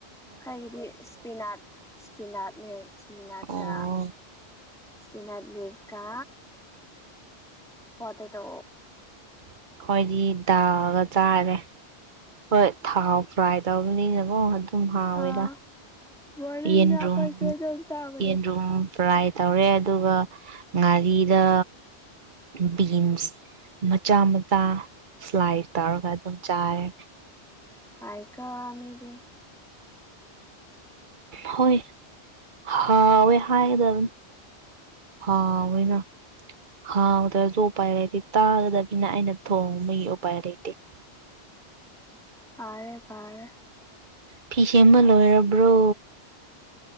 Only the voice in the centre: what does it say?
ꯈꯔꯒꯤꯗꯤ ꯏꯁꯄꯤꯅꯥꯠ ꯏꯁꯄꯤꯅꯥꯠꯅꯦ ꯏꯁꯄꯤꯅꯥꯠꯀ
ꯏꯁꯅꯥ ꯂ ꯂꯤꯞꯀꯥ ꯄꯠꯇꯦ ꯇꯣ
ꯑꯥ ꯃꯣꯔꯅꯤꯡꯗ
ꯑꯩꯈꯣꯏꯁꯨ ꯑꯗꯨꯝ ꯆꯥꯕꯅꯦ
ꯑꯥꯢꯀ ꯃꯤꯗꯤ
ꯐꯥꯔꯦ ꯐꯥꯔꯦ